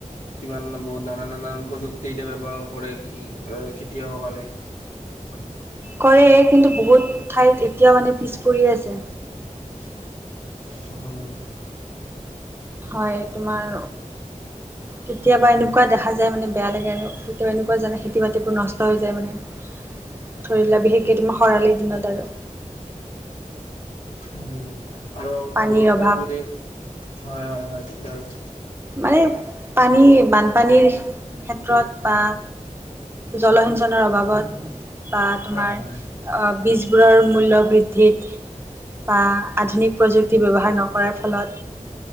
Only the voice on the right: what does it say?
কৰে কিন্তু বহুত ঠাইত এতিয়াও মানে পিছ পৰি আছে।
হয় তোমাৰ কেতিয়াবা এনেকুৱা দেখা যায় মানে বেয়া লাগে আৰু কেতিয়াবা এনেকুৱা জানে খেতি বাতিবোৰ নষ্ট হৈ যায় মানে। ধৰিলা বিশেষকে তুমাৰ খৰালি দিনত আৰু।
পানীৰ
অভাৱ
মানে পানী বানপানীৰ ক্ষেত্ৰত বা জলসিঞ্চন অভাৱত বা তোমাৰ
বীজবোৰৰ মূল্য বৃদ্ধিত বা আধুনিক প্ৰযুক্তি ব্য্ৱহাৰ নকৰাৰ ফলত,